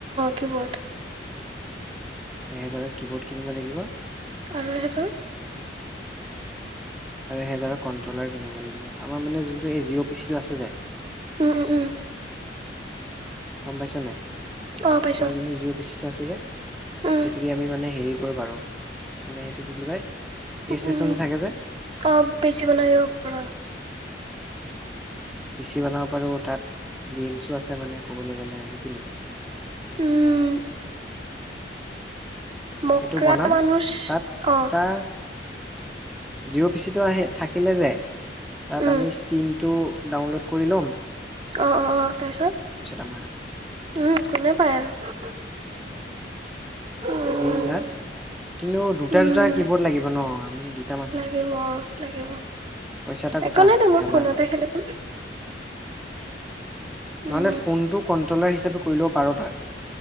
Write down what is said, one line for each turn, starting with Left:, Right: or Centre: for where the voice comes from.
Right: কিবোৰ্ড।
Centre: এহেজাৰত কিবোৰ্ড কিনিব লাগিব।
Right: আৰু এহেজাৰ?
Centre: আৰু এহেজাৰৰ কন্ট্ৰলাৰ কিনিব লাগিব। আমাৰ মানে যোনটো এই জিঅ' পিচিটো আছে যে
Right: উম উম উম।
Centre: গম পাইছা নাই?
Right: অ, পাইছো
Centre: আমাৰ যোনটো জিঅ' অফিচটো আছে যে,
Right: উম,
Centre: সেইটো দি আমি মানে হেৰী কৰিব পাৰোঁ। মানে সেইটো কি বুলি কয়? এই
Right: উম
Centre: ষ্টেচন
Right: উমহ,
Centre: যে থাকে যে
Right: অ পি চি বনাইও ধৰণৰ
Centre: পি চি বনাব পাৰোঁ তাত গেমছো আছে মানে ক'বলে গ'লে বুজিলি?
Right: উম মকৰা
Centre: সেইটো বনাম
Right: মানুচ,
Centre: তাত
Right: অ
Centre: তাত জিঅ' পি চিটো আহি থাকিলে যে, তাত
Right: উম,
Centre: আমি ষ্টিমটো ডাউনলোড কৰি লও
Right: অ অ অ, তাৰপিছত,
Centre: আমাক আৰু
Right: উম, কোনে পায় আৰু উম,
Centre: দিন, ৰাত, কিন্তু দুটা
Right: উম,
Centre: দুটা কি বৰ্ড লাগিব নহ, আমি দুটা মানুহ।
Right: লাগিব অ, লাগিব
Centre: পইছা এটা গোটা,
Right: একো নাই দে মই
Centre: হাজাৰ
Right: ফোনতে
Centre: মান।
Right: খেলিম উম,
Centre: নহলে ফোনটো কন্ট্ৰলাৰ হিচাপে কৰি লব পাৰোঁ তই